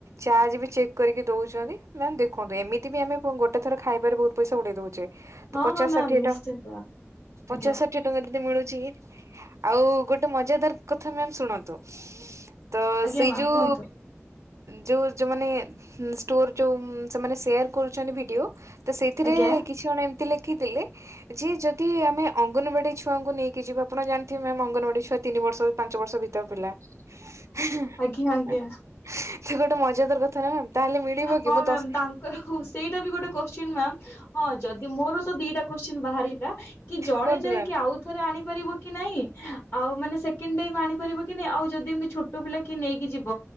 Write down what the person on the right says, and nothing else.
ଚାର୍ଜ ବି ଚେକ୍ କରିକି ଦଉଛନ୍ତି। ମ୍ୟାମ ଦେଖନ୍ତୁ ଏମିତି ବି ଆମେ <unintelligible> ଗୋଟେ ଥର ଖାଇବାରେ ବହୁତ ପଇସା ଉଡେଇ ଦଉଛେ। ତ
ପଚାଶ
ଷାଠିଏ
ଟ, ପଚାଷା
ଟଙ୍କା ଯଦି ମିଳୁଛି, ଆଉ ଗୋଟେ ମଜାଦାର କଥା ମ୍ୟାମ୍ ଶୁଣନ୍ତୁ? ତ
ସେଇ
ଯୋଉ
ଯୋଉ ଯୋଉ ମାନେ ଷ୍ଟୋର ଯୋଉ ସେମାନେ ସେୟାର କରୁଛନ୍ତି ଭିଡିଓ, ତ ସେଇଥିରେ
କିଛି ଜଣ ଏମିତି ଲେଖିଥିଲେ ଯିଏ ଯଦି ଆମେ ଅଙ୍ଗନବାଡି ଛୁଆଙ୍କୁ ନେଇକି ଯିବା, ଆପଣ ଜାଣିଥିବେ ମ୍ୟାମ ଅଙ୍ଗନବାଡି ଛୁଆ ତିନି ବର୍ଷ ପାଞ୍ଚ ବର୍ଷ ଭିତରେ ପିଲା। <unintelligible>
ସେ ଗୋଟେ ମଜାଦାର କଥା ନା ମ୍ୟାମ୍ ତାହେଲେ ମିଳିବ କି
ମୁଁ
ଦଶ
କୁହନ୍ତୁ
ମ୍ୟାମ୍।